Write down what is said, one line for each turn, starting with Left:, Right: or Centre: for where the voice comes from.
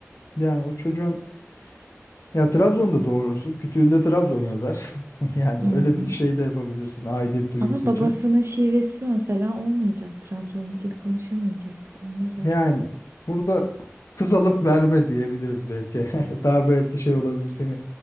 Left: yani o çocuğun ya Trabzon'da doğurursun. Kütüğünde Trabzon yazar. <laughs> Yani
Right: Hmm,
Left: öyle bir şey de yapabilirsin aidiyet duygusu
Right: Ama babasının
Left: için.
Right: şivesi mesela olmayacak. Trabzonlu gibi konuşamayacak. Olmaz öyle.
Left: Yani burada kız alıp verme diyebiliriz belki. <laughs> Daha belki şey olabilir seni